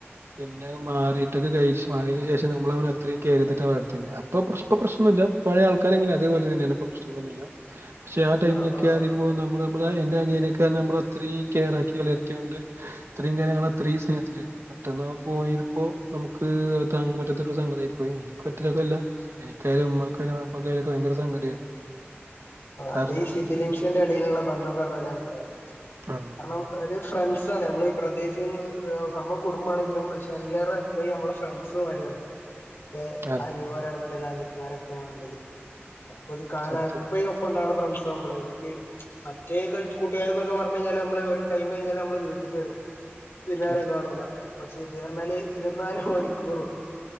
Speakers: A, on the right (about 70°); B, on the left (about 65°).
A: പിന്നെ മാറിയിട്ടൊക്കെ കഴിച്ച് മാറിയേന് ശേഷം നമ്മൾ അവനെ അത്രയും കെയറെയ്തിട്ട വളർത്തിയത്. അപ്പൊ ഇപ്പൊ പ്രശ്നൊല്ല. പഴയ ആൾക്കാരെങ്ങനെ അതേപോലെ തന്നെയാണ് ഇപ്പം പ്രശനങ്ങളൊന്നുല്ല. പക്ഷേ ആ ടൈമിലൊക്കെറിയുമ്പോ
B: ആഹ് ആഹ്
A: നമ്മൾ നമ്മ നമ്മളെ എൻ്റെ അനിയനൊക്കെ നമ്മളത്രീ കെയറാക്കി വളർത്തിയോണ്ട് ഇത്രയും കാലം ഞങ്ങളഅത്രയും സ്നേഹത്തിലായിരുന്നു. പെട്ടെന്നവ പോയപ്പോ നമുക്ക് താങ്ങാൻ പറ്റാത്ത ഒരു സങ്കടിയി പോയി എനിക്ക് ഒറ്റക്കല്ല. എനിക്കായാലും ഉമ്മാക്കായാലും വാപ്പക്കായാലും ഒക്കെ ഭയങ്കര സങ്കടായിരുന്നു. കാരണം
B: അതെ ഈ ഷിബിലിഗ്ഷന്‍റെ ഇടിയിലുള്ള ബന്ധം പറഞ്ഞാൽ അങ്ങനെല്ലേ.
A: ആഹ്
B: കാരണം ഒരു ഫ്രണ്ട്സാണ് നമ്മള് ഈ ബ്രദേഴ്സ്ന്ന് സംഭവം കുടുംബാണെങ്കിലും പക്ഷെ അയിലേറെ ഇപ്പൊ ഈ അമ്മള ഫ്രണ്ട്സ് മാരിയാവും ഏഹ്
A: അതെ.
B: ഇനി ഞാൻ പറയാണെന്നുണ്ടങ്കി അനിയത്തിമാരൊക്കെയാണ് വേണ്ടത് ഒരു കാലാ
A: സത്യം
B: ഒപ്പണ്ടാവണ ഫ്രണ്ട്സ് ആവുമ്പളെ ഓല്ക്ക്. മറ്റേ കളിച്ച് കൂട്ടുകാര് എന്നൊക്കെ പറഞ്ഞ് കഴിഞ്ഞാല് നമ്മളെ ഒരു ടൈം കഴിഞ്ഞാൽ നമ്മളെ വീട്ട്ക്ക് വരും. പിന്നെവരെ
A: അതെ
B: കാണൂല. പക്ഷേ ഇത് പറഞ്ഞാല് ഇരുന്നാല് മണിക്കൂറും.